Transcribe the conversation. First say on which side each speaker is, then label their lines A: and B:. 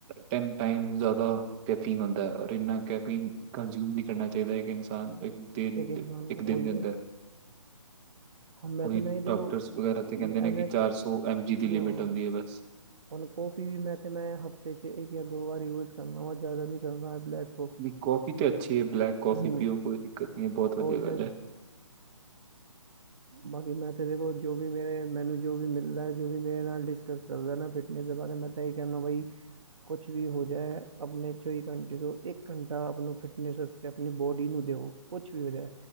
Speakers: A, on the right; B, on the right.
A: ਟੈਮ ਟਾਈਮ ਜਾਦਾ ਕੈਫੀਨ ਹੁੰਦਾ ਔਰ ਇੰਨਾ ਕੈਫੀਨ ਕੰਜ਼ਊਮ ਨੀ ਕਰਨਾ ਚਾਇਦਾ ਇੱਕ ਇਨਸਾਨ ਦਿਨ
B: ਏਕ ਇਨਸਾਨ
A: ਦੇ- ਇੱਕ ਦਿਨ
B: ਓਈ
A: ਦੇ
B: ਤੇ
A: ਅੰਦਰ
B: ਮੈਂ
A: ਉਹੀ
B: ਤਾਂ ਮੈਂ ਤੇ
A: ਡਾਕਟਰਸ
B: ਓ
A: ਵਗੈਰਾ ਤੇ ਕਹਿੰਦੇ ਨੇ
B: ਮੈ
A: ਕਿ ਦੀ
B: ਹਾਂ
A: ਲਿਮਿਟ ਹੁੰਦੀ ਹੈ ਬਸ
B: ਹੁਣ ਕੌਫੀ ਵੀ ਮੈਂ ਕਿਹਾ ਮੈਂ ਹਫ਼ਤੇ ਚ ਇੱਕ ਯਾ ਦੋ ਵਾਰ ਯੂਜ ਕਰਨਾ ਵਾ ਜ਼ਿਆਦਾ ਨਹੀਂ ਕਰਨਾ ਹੈ ਬਲੈਕ ਕੌਫੀ
A: ਨਹੀਂ ਕਾੱਫੀ ਤੇ ਅੱਛੀ ਏ ਬਲੈਕ ਕੌਫੀ
B: ਹੂੰ
A: ਪੀਓ ਕੋਈ ਦਿੱਕਤ ਨੀ ਐ ਬੋਹਤ ਵਧੀਆ
B: ਉਹੀ ਤਾਂ
A: ਗੱਲ ਐ।
B: ਬਾਕੀ ਮੈਂ ਤੇ ਦੇਖੋ ਜੋ ਵੀ ਮੇਰੇ ਮੈਨੂੰ ਜੋ ਵੀ ਮਿਲਦਾ ਜੋ ਵੀ ਮੇਰੇ ਨਾਲ ਡਿਸਕਸ ਕਰਦਾ ਨਾ ਫਿਟਨੈਸ ਦੇ ਬਾਰੇ ਮੈਂ ਤਾਂ ਐਹੀ ਕਹਿੰਦਾ ਬਈ ਕੁਛ ਵੀ ਹੋ ਜਾਏ ਆਪਣੇ ਚੌਵੀ ਘੰਟੇ ਤੋਂ ਇੱਕ ਘੰਟਾ ਆਪ ਨੂੰ ਫਿਟਨੈਸਸਤੇ ਆਪਣੀ ਬੋਡੀ ਨੂੰ ਦੇਓ। ਕੁਛ ਵੀ ਹੋ ਜਾਏ